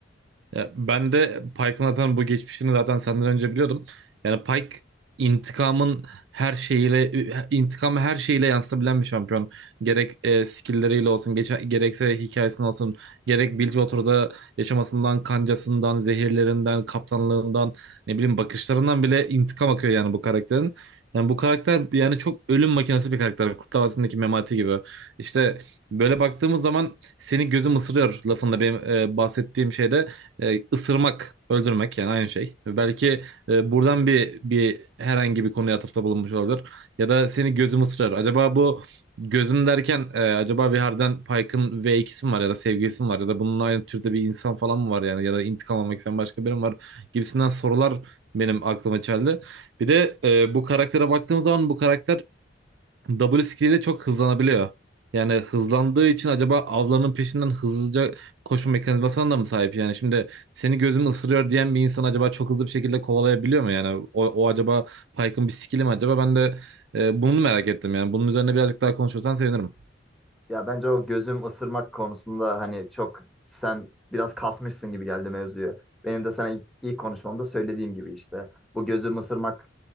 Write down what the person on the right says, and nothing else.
Ya ben de Pike'ın zaten bu geçmişini zaten senden önce biliyordum. Yani Pike intikamın her şeyiyle intikamı her şeyiyle yansıtabilen bir şampiyon. Gerek e, skill'leriyle olsun, geç, gerekse hikayesine olsun, gerek Bilgewater'da yaşamasından, kancasından, zehirlerinden, kaptanlığından, ne bileyim bakışlarından bile intikam akıyor yani bu karakterin. Yani bu karakter yani çok ölüm makinesi bir karakter. Kurtlar Vadisi'ndeki Memati gibi. İşte böyle baktığımız zaman seni gözüm ısırıyor lafında benim e, bahsettiğim şeyde e, ısırmak, öldürmek yani aynı şey. Belki e, buradan bir bir herhangi bir konuya atıfta bulunmuş olabilir. Ya da seni gözüm ısırır. Acaba bu gözüm derken e, acaba bir Harden Pike'ın V2'si mi var ya da sevgilisi mi var ya da bunun aynı türde bir insan falan mı var yani ya da intikam almak isteyen başka biri mi var gibisinden sorular benim aklıma geldi. Bir de e, bu karaktere baktığım zaman bu karakter W skilliyle çok hızlanabiliyor. Yani hızlandığı için acaba avlarının peşinden hızlıca koşma mekanizmasına da mı sahip? Yani şimdi seni gözüm ısırıyor diyen bir insan acaba çok hızlı bir şekilde kovalayabiliyor mu? Yani o, o acaba Pike'ın bir skill'i mi acaba? Ben de e, bunu merak ettim yani. Bunun üzerine birazcık daha konuşursan sevinirim.